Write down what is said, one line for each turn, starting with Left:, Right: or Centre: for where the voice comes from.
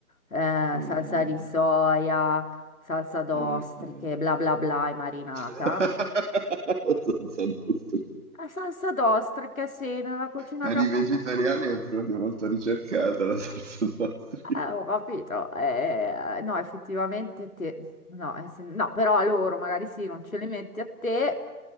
Left: eh,
Right: mh,
Left: salsa di soia, salsa d'ostriche,
Right: mh-mh.
Left: bla bla bla e marinata.
Right: <laughs> La salsa nostri.
Left: La salsa d'ostriche, sì, nella cucina
Right: Per
Left: giapponese.
Right: i vegetariani è proprio molto ricercata la salsa nostri.
Left: Eh, ho capito. Eh, no, effettivamente te... No, eh, se- no, però a loro magari sì, non ce li metti a te.